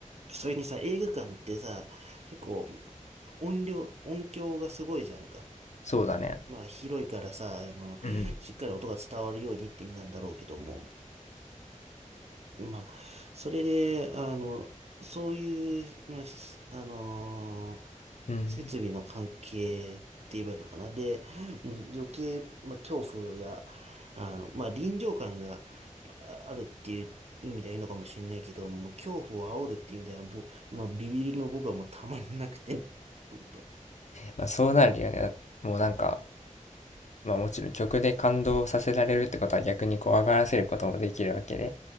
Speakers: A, on the right (about 55°); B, on the left (about 60°).
A: それにさ、映画館ってさ、結構音量、音響がすごいじゃんか。
B: そうだね
A: まあ広いからさ、あの、
B: うん
A: しっかり音が伝わるようにって意味なんだろうけども、まあ、それで、あの、そういう、まあ、しあのー
B: うん
A: 設備の関係って言えばいいのかな。で、もう余計、まあ、恐怖が、あの、まあ、臨場感がああるっていう意味ではいいのかもしれないけど、もう恐怖を煽るっていう意味では、ぼ、まあ、ビビりの僕はもうたまんなくて、本当。
B: まあそうなるよねだもうなんか
A: うん、
B: まあもちろん曲で感動させられるってことは逆に怖がらせることもできるわけで